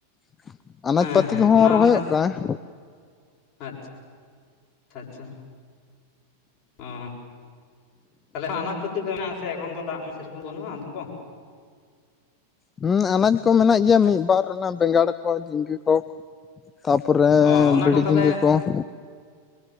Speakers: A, on the left; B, on the left.
A: ᱾ ᱟᱱᱟᱡᱽ
B: ᱦᱮᱸ
A: ᱯᱟᱟᱹᱛᱤ
B: ᱦᱮᱸ
A: ᱠᱚᱦᱚᱸ
B: ᱚᱱᱟ
A: ᱨᱚᱦᱚᱭᱚᱜ
B: ᱟᱪᱪᱷᱟ
A: ᱠᱟᱱᱟ ᱾
B: ᱟᱪᱪᱷᱟ - ᱪᱷᱟ ᱪᱷᱟ ᱾ ᱚ ᱛᱟᱦᱚᱞᱮ ᱟᱱᱟᱡ ᱯᱟᱹᱛᱤ ᱠᱚ ᱢᱮᱱᱟᱜ ᱟᱥᱮ ᱮᱠᱷᱚᱱ ᱫᱚ, ᱫᱟᱜ ᱢᱟ ᱥᱮᱨᱚᱠᱚᱢ ᱵᱟᱹᱱᱩᱜᱼᱟ ᱾
A: ᱦᱩᱸ ᱟᱱᱟᱡᱽ ᱠᱚ ᱢᱮᱱᱟᱜ ᱜᱮᱭᱟ ᱢᱤᱫᱼ ᱵᱟᱨ ᱚᱱᱟ ᱵᱮᱸᱜᱟᱲ ᱠᱚ, ᱡᱷᱤᱸᱜᱟ ᱠᱚ ᱾ ᱛᱟᱨᱯᱚᱨᱮ
B: ᱚ ᱚᱱᱟ
A: ᱵᱷᱤᱰᱤ
B: ᱠᱚᱫᱚ ᱛᱟᱦᱚᱞᱮ
A: ᱡᱷᱤᱸᱜᱟᱹ ᱠᱚ ᱾